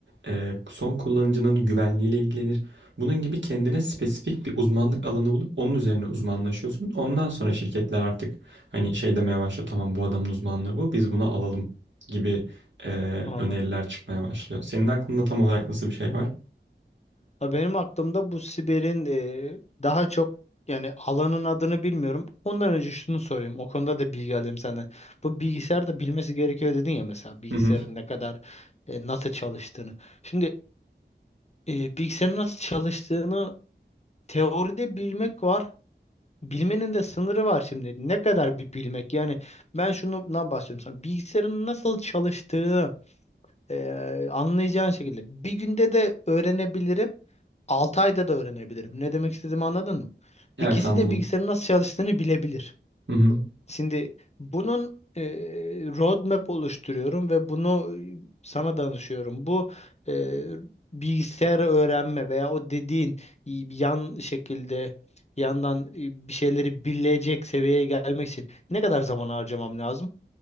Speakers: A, on the right (about 85°); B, on the left (about 35°).
A: e, son kullanıcının güvenliğiyle ilgilenir. Bunun gibi kendine spesifik bir uzmanlık alanı bulup onun üzerine uzmanlaşıyorsun. Ondan sonra şirketler artık hani şey demeye başlıyor, tamam bu adamın uzmanlığı bu, biz bunu alalım gibi e,
B: anladım.
A: öneriler çıkmaya başlıyor. Senin aklında tam olarak nasıl bir şey var?
B: Ha, Benim aklımda bu Siber'in e, daha çok yani alanın adını bilmiyorum. Ondan önce şunu sorayım. O konuda da bilgi alayım senden. Bu bilgisayar da bilmesi gerekiyor dedin ya mesela bilgisayarın
A: Hı hı.
B: ne kadar e, nasıl çalıştığını. Şimdi e, bilgisayarın nasıl çalıştığını teoride bilmek var. Bilmenin de sınırı var şimdi. Ne kadar bir bilmek? Yani ben şundan bahsediyorum sana. Bilgisayarın nasıl çalıştığını e, anlayacağın şekilde bir günde de öğrenebilirim. 6 ayda da öğrenebilirim. Ne demek istediğimi anladın mı?
A: Evet
B: İkisi
A: anladım.
B: de bilgisayarın nasıl çalıştığını bilebilir.
A: Hı hı.
B: Şimdi bunun e, roadmap oluşturuyorum ve bunu e, sana danışıyorum. Bu e, bilgisayarı öğrenme veya o dediğin y- yan şekilde yandan e, bir şeyleri bilecek seviyeye gelmek için ne kadar zaman harcamam lazım?